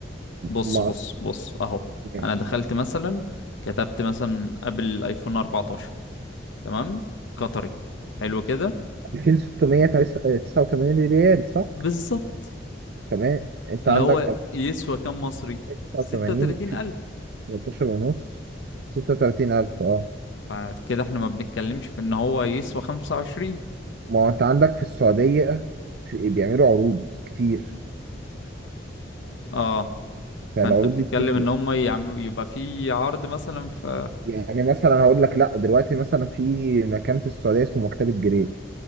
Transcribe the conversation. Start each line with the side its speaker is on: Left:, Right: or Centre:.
Left: بص
Right: ما
Left: بص
Right: اصلا
Left: بص اهو
Right: ماشي.
Left: انا دخلت مثلا كتبت مثلا قبل ايفون 14 تمام قطري حلو كده
Right: 2689 ريال صح
Left: بالظبط
Right: تمام انت
Left: اللي
Right: عندك
Left: هو يسوى كام مصري
Right: 89
Left: ستة وتلاتين
Right: في
Left: ألف
Right: 13 ونص 36000 اه
Left: فكده احنا ما بنتكلمش في ان هو يسوى خمسة وعشرين
Right: ما هو انت عندك في السعودية في بيعملوا عروض كتير
Left: اه
Right: فالعروض
Left: فانت بتتكلم
Right: دي بتفرق
Left: ان هم يعم... يبقى في عرض مثلا في
Right: يعني مثلا هقول لك لا دلوقتي مثلا في مكان في السعودية اسمه مكتبة جرير